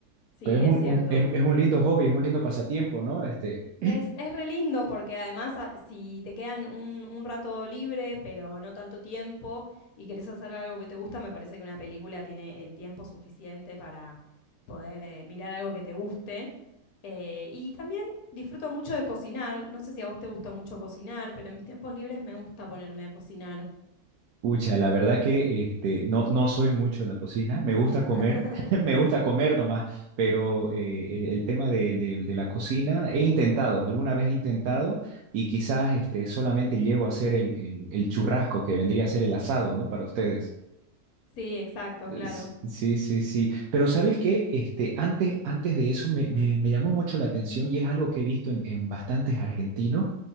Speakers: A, on the left; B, on the right.
A: sí,
B: Pero es un,
A: es cierto.
B: un- es, es un lindo hobby, es un lindo pasatiempo, ¿no? Este, <clears throat>
A: Es, es re lindo porque además a- si te quedan un, un rato libre, pero no tanto tiempo, y querés hacer algo que te gusta, me parece que una película tiene el tiempo suficiente para poder eh, mirar algo que te guste. Eh, y también disfruto mucho de cocinar. No sé si a vos te gusta mucho cocinar, pero en mis tiempos libres me gusta ponerme a cocinar.
B: Pucha, la verdad que este, no, no soy mucho de la cocina, me gusta comer,
A: <laughs>
B: <laughs> me gusta comer nomás, pero eh, el, el tema de, de- de la cocina he intentado, alguna vez he intentado y quizás este, solamente llego a hacer el, el, el churrasco que vendría a ser el asado, ¿no? Para ustedes.
A: Sí, exacto,
B: Eh,
A: claro.
B: Sí, sí, sí, sí. Pero ¿sabes qué? Este, antes, antes de eso me, me, me llamó mucho la atención y es algo que he visto en, en bastantes argentinos